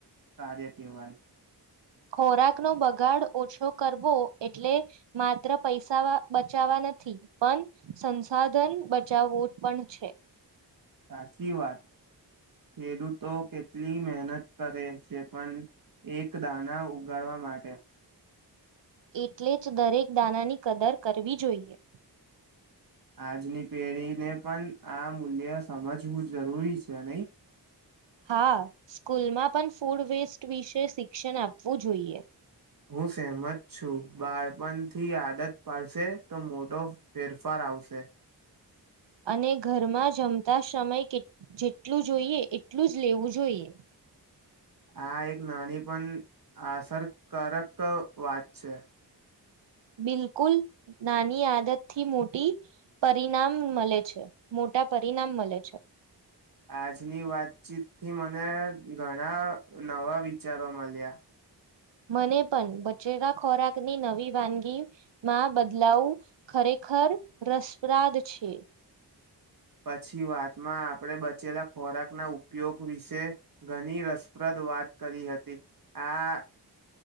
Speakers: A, on the right; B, on the right.
A: કાર્ય કેવાય.
B: ખોરાકનો બગાડ ઓછો કરવો એટલે માત્ર પૈસા બચાવવા નથી પણ સંસાધન બચાવવું પણ છે.
A: સાચી વાત ખેડૂતો કેટલી મહેનત કરે છે પણ એક દાના ઉગાડવા માટે.
B: એટલે જ દરેક દાનાની કદર કરવી જોઈએ.
A: આજની પેઢીને પણ આ મૂલ્ય સમજવું જરૂરી છે નહી.
B: હા સ્કૂલમાં પણ ફૂડ વેસ્ટ વિશે શિક્ષણ આપવું જોઈએ.
A: હું સહમત છું બાળપણથી આદત પાડશે તો મોટો ફેરફાર આવશે.
B: અને ઘરમાં જમતા સમય કેટ જેટલું જોઈએ એટલું જ લેવું જોઈએ.
A: આ એક નાની પણ અસરકારક વાત છે.
B: બિલકુલ નાની આદતથી મોટી પરિણામ મળે છે મોટા પરિણામ મળે છે.
A: આજની વાતચીતથી મને ઘણા નવા વિચારો મળ્યા.
B: મને પણ બચેલા ખોરાકની નવી વાનગી માં બદલાવ ખરેખર રસપ્રાદ છે.
A: પછી વાતમાં આપણે બચેલા ખોરાકના ઉપયોગ વિશે ઘણી રસપ્રદ વાત કરી હતી. આ <unintelligible>